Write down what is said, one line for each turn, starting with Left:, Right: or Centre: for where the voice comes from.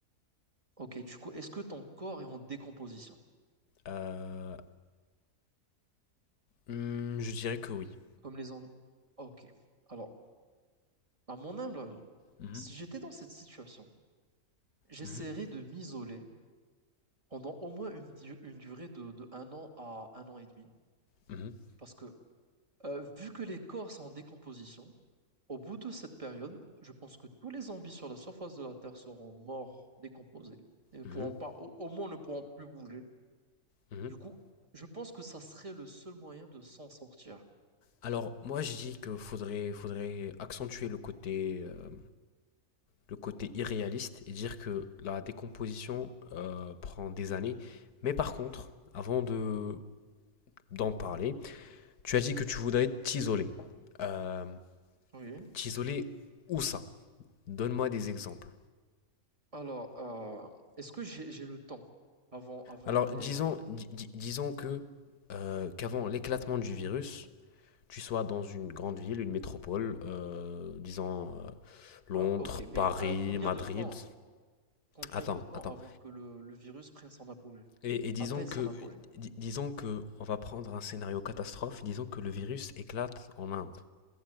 Right: Ok, du coup, est-ce que ton corps est en décomposition,
Left: Euh, hmm, je dirais que oui.
Right: comme les zombies? Ok. Alors, à mon humble avis,
Left: Mhm.
Right: si j'étais dans cette situation, j'essaierais
Left: Mhm.
Right: de m'isoler pendant au moins une, du- une durée de, de un an à un an et demi.
Left: Mhm,
Right: Parce que, euh, vu que les corps sont en décomposition, au bout de cette période, je pense que tous les zombies sur la surface de la Terre seront morts, décomposés, et ne
Left: mhm,
Right: pourront pas, au, au moins ne pourront plus bouger.
Left: mhm.
Right: Du coup, je pense que ça serait le seul moyen de s'en sortir.
Left: Alors, moi, je dis que faudrait, faudrait accentuer le côté, euh, le côté irréaliste et dire que la décomposition euh, prend des années. Mais par contre, avant de d'en parler, Tu as dit que tu voudrais t'isoler. Euh,
Right: Oui.
Left: t'isoler où ça Donne-moi des exemples.
Right: Alors, euh, est-ce que j'ai, j'ai le temps avant, avant
Left: Alors,
Right: les...
Left: disons, di- disons que euh, qu'avant l'éclatement du virus, tu sois dans une grande ville, une métropole, euh, disons euh, Londres,
Right: Ah, ok, mais
Left: Paris,
Right: à combien
Left: Madrid.
Right: de temps, combien
Left: Attends,
Right: de temps
Left: attends.
Right: avant que le, le virus prenne son apogée,
Left: Et, et disons
Right: atteigne
Left: que
Right: son apogée?
Left: di- disons que on va prendre un scénario catastrophe. Disons que le virus éclate en Inde,